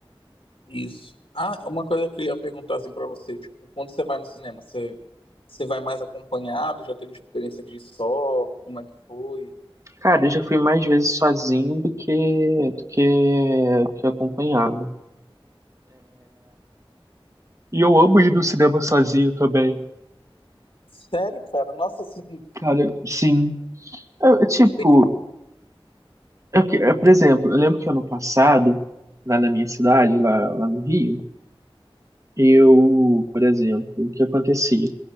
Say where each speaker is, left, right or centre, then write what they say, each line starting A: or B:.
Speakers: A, on the left; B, on the right.
A: Isso. Ah, uma coisa que eu ia perguntar assim pra você, tipo, quando você vai no cinema, você, você vai mais acompanhado? Já teve experiência de ir só? Como é que foi?
B: Cara, eu já fui mais vezes sozinho do que, do que, que acompanhado. E eu amo ir no cinema sozinho também.
A: Sério, cara? Nossa, assim,
B: Cara, sim. Eu- eu, tipo,
A: bem
B: é que- é, por exemplo, eu lembro que ano passado, lá na minha cidade, lá, lá no Rio, eu, por exemplo, o que acontecia?